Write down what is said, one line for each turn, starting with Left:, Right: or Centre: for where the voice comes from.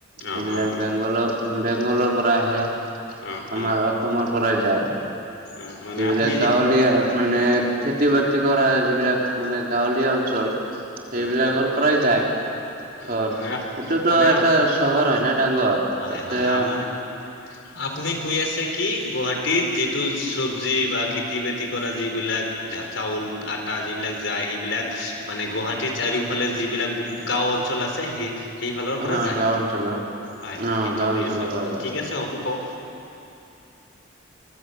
Left: অ',
Right: এইবিলাক
Left: অ', অ',
Right: বেংগলৰ বেংগলৰ পৰা আহে।
Left: অ',
Right: আমাৰ
Left: অ',
Right: অসমৰ পৰা যায়
Left: অ', মানে
Right: যিবিলাক
Left: আপুনি
Right: গাঁৱলীয়া
Left: যেতিয়া
Right: মানে খেতি বাতি কৰা যিবিলাক মানে গাঁৱলীয়া অঞ্চল সেইবিলাকৰ
Left: অ', অ',
Right: পৰাই যায়।
Left: অ',
Right: চহৰ,
Left: মানে আপ-
Right: এইটোতো
Left: মানে
Right: এটা
Left: আপ-
Right: চহৰ হয় না ডাঙৰ
Left: হয়,
Right: তাতে
Left: হয় <inaudible> আপুনি কৈ আছে কি গুৱাহাটীত যিটো চবজি বা খেতি-বাতি কৰা যিবিলাক চাউল, আটা যিবিলাক যায় সেইবিলাক মানে গুৱাহাটী ত চাৰিওফালে যিবিলাক গাওঁ অঞ্চল আছে সেই সেইফালৰ পৰা
Right: অ
Left: যায়
Right: গাওঁ অঞ্চলত অ
Left: হয় হয়
Right: অ
Left: সেইটো
Right: গাঁও
Left: কৈ
Right: অঞ্চলৰ
Left: আছে আপুনি,
Right: পৰা যায়
Left: ঠিক আছে হ'ব কওক।